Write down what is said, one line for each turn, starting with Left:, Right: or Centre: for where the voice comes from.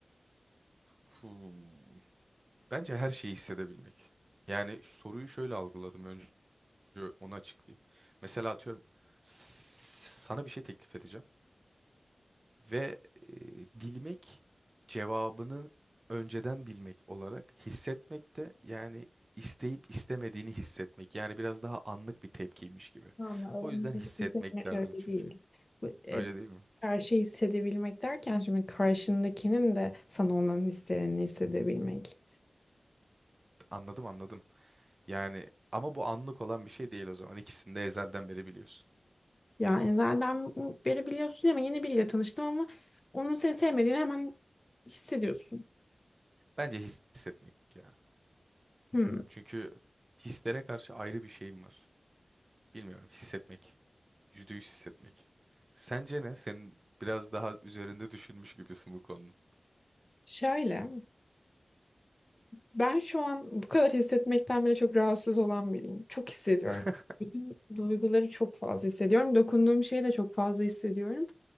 Right: Hmm. Bence her şeyi hissedebilmek. Yani soruyu şöyle algıladım Yo, Onu açıklayayım. Mesela atıyorum s- sana bir şey teklif edeceğim ve e, bilmek cevabını önceden bilmek olarak hissetmek de yani isteyip istemediğini hissetmek. Yani biraz daha anlık bir tepkiymiş gibi.
Left: Ama onlar
Right: O yüzden hissetmek
Left: için
Right: derdim
Left: öyle
Right: çünkü.
Left: değil. Bu, e,
Right: Öyle değil mi?
Left: her şeyi hissedebilmek derken şimdi karşındakinin de sana olan hislerini hissedebilmek.
Right: Anladım anladım. Yani ama bu anlık olan bir şey değil o zaman. İkisini de ezelden beri biliyorsun.
Left: Ya Enzel'den beri biliyorsun ama yeni biriyle tanıştım ama onun seni sevmediğini hemen hissediyorsun.
Right: Bence hissetmek ya.
Left: Hmm.
Right: Çünkü hislere karşı ayrı bir şeyim var. Bilmiyorum hissetmek. %100 hissetmek. Sence ne? Senin biraz daha üzerinde düşünmüş gibisin bu konunun.
Left: Şöyle, ben şu an bu kadar hissetmekten bile çok rahatsız olan biriyim. Çok hissediyorum.
Right: <laughs>
Left: Bütün duyguları çok fazla hissediyorum. Dokunduğum şeyi de çok fazla hissediyorum.